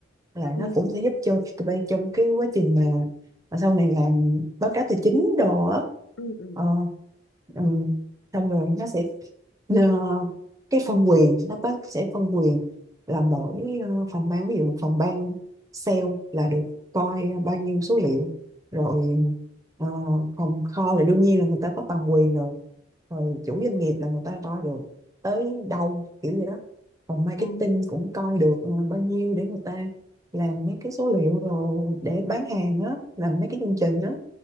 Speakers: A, on the right (about 15°); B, on the left (about 75°).
A: là nó
B: ừ
A: cũng sẽ giúp cho tụi bay trong cái quá trình mà, mà sau này làm báo cáo tài chính đồ á
B: ừ ừ
A: ờ, ừ. xong rồi nó sẽ Ờ, cái phân quyền nó có sẽ phân quyền là mỗi ờ, phòng ban ví dụ phòng ban sale là được coi bao nhiêu số liệu rồi ờ, phòng kho là đương nhiên là người ta có toàn quyền rồi rồi chủ doanh nghiệp là người ta coi được tới đâu kiểu vậy đó phòng marketing
B: ừ
A: cũng coi được ờ, bao nhiêu để người ta làm mấy cái số liệu đồ để bán hàng á làm mấy cái chương trình đó